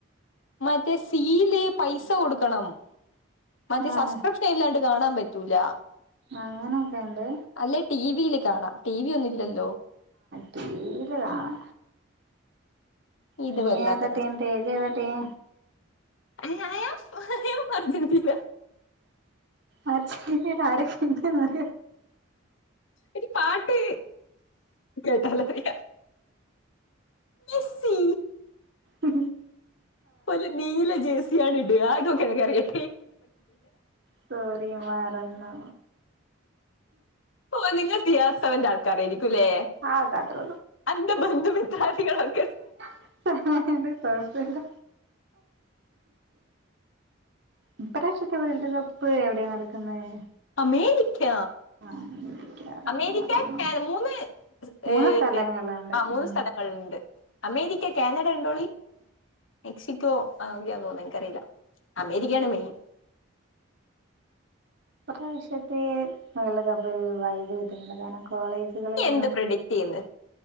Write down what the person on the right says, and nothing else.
ആഹ്
അങ്ങനൊക്കെ ഇണ്ട്
ടിവിയിൽ കാണാൻ നീ
ഏത ടീം തേജ ഏത ടീം
ആ ചെട ആരൊക്കെ എന്ന് പറ
ഉ
സോറി മറന്നു
ആകെ അത്രേ
<inaudible> എന്ത കുഴപ്പമൊന്നുമില്ല ഇപ്രാവശ്യത്തെ വേൾഡ് കപ്പ് എവിടെയാണ് നടക്കുന്നത്
അമേരിക്ക
മറന്നു
മൂന്ന്
സ്ഥലങ്ങളിലുണ്ട്
ഉം
പ്രാവശ്യത്തെ വേൾഡ് കപ്പ് ഒരു വൈബ് കിട്ടുന്നില്ല കാണാൻ കോളേജുകൾ
ഒന്നും